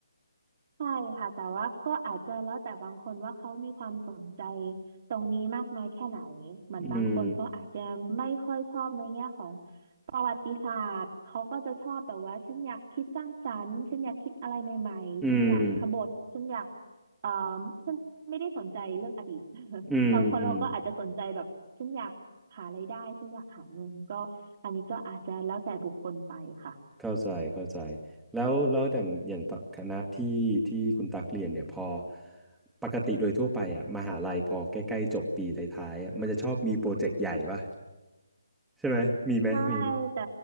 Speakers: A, on the right (about 40°); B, in the centre.
A: ใช่ค่ะแต่ว่าก็อาจจะแล้วแต่บางคนว่าเขามีความสนใจตรงนี้มากน้อยแค่ไหนเหมือนบางคนเขาอาจจะไม่ค่อยชอบในแง่ของ
B: อืม
A: ประวัติศาสตร์เขาก็จะชอบแบบว่าฉันอยากคิดสร้างสรรค์ฉันอยากคิดอะไรใหม่ๆฉันอยากขบถฉันอยาก
B: อืม
A: เอ่อฉันไม่ได้สนใจเรื่องอดีต <laughs>
B: อืมอืม
A: บางคนเขาก็อาจจะสนใจแบบฉันอยากหารายได้ฉันอยากหาเงินก็อันนี้ก็อาจจะแล้วแต่บุคคลไปค่ะ
B: เข้าใจเข้าใจแล้วแล้วอย่างอย่างตอนคณะที่ที่คุณตักเรียนเนี่ยพอปกติโดยทั่วไปอ่ะมหาลัยพอใกล้ๆจบปีท้ายๆอะมันจะชอบมีโปรเจกต์ใหญ่ป่ะใช่ไหมมีไหมมีไหม
A: ใช่แต่